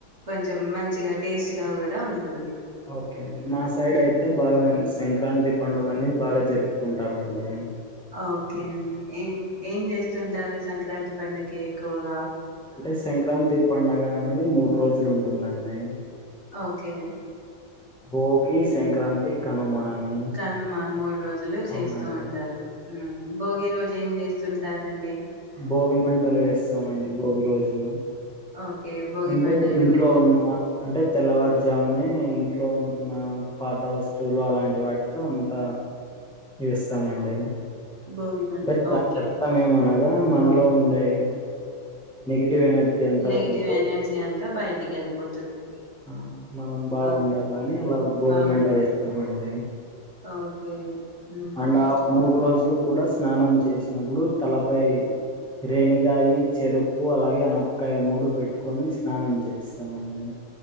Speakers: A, on the right; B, in the centre.
A: కొంచ మంచిగా టేస్ట్ కూడా ఉంటుంది
B: ఓకే అండి మా సైడ్ అయితే బాగా మేము సంక్రాంతి పండుగ అనేది బాగా జరుపుకుంటామ అండి
A: ఓకే అండి ఏం ఏం చేస్తుంటారు సంక్రాంతి పండకి ఎక్కువగా
B: అంటే సంక్రాంతి పడుగ అనేది మూడు రోజులు ఉంటుందండి
A: ఓకే
B: భోగి సంక్రాంతి కనుమ అని
A: కానుమా <unintelligible> రోజులు చేస్తూ
B: అవునండి.
A: ఉంటారు భోగి రోజు ఏం చేస్తుంటారండి
B: భోగి మంటలు వేస్తామండి భోగి రోజు
A: ఓకే భోగి
B: అంటే
A: మంటలు
B: ఇంట్లో ఉన్న అంటే తెల్లవారుజామునే ఇంట్లో ఉన్న పాత వస్తువులు అలాంటి వాటితో అంత వేస్తామండి
A: భోగి మంట
B: అంటే దాని
A: ఓకే
B: అర్థం ఏమనగా మనలో ఉండే నెగిటివ్ ఎనర్జీ అంత
A: నెగిటివ్
B: వెళ్ళిపోయి
A: ఎనర్జీ అంతా బయటికి వెళ్ళిపోతుంది
B: ఆ మనం బాగుండల్ల
A: ఓకే
B: అని భోగి
A: బాగున్నారు
B: మంట వేస్తామండి
A: ఓకే హ్మ్
B: అండ్ ఆ మూడు రోజులు కూడా స్నానం చేసినప్పుడు తలపై రేనికాయ చెరుకు అలాగే అనపకాయ మూడు పెట్టుకొని స్నానం చే చేస్తామండి